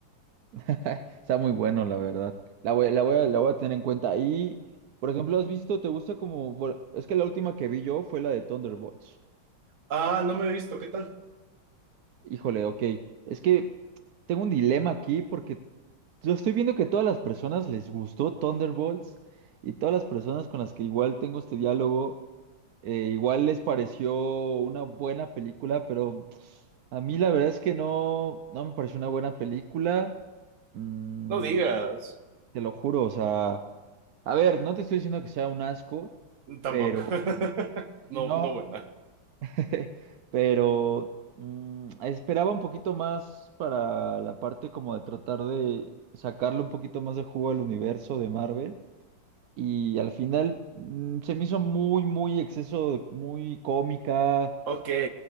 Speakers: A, on the right (about 75°); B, on the right (about 50°).
A: <laughs> está muy bueno, la verdad, la voy, la voy, a- la voy a tener en cuenta. Y, por ejemplo, ¿has visto, te gusta como, bueno, es que la última que vi yo fue la de Thunderbolts.
B: Ah, no me he visto, ¿qué tal?
A: Híjole, ok. Es que tengo un dilema aquí porque yo estoy viendo que todas las personas les gustó Thunderbolts y todas las personas con las que igual tengo este diálogo, eh, igual les pareció una buena película, pero a mí la verdad es que no, no me pareció una buena película. Mm,
B: No digas.
A: te lo juro, o sea, a ver, no te estoy diciendo que sea un asco,
B: Tampoco.
A: pero
B: <laughs>
A: si
B: No,
A: no.
B: no buena.
A: <laughs> Pero mm, esperaba un poquito más para la parte como de tratar de sacarle un poquito más de jugo al universo de Marvel. Y al final mm, se me hizo muy, muy exceso, muy cómica.
B: Ok,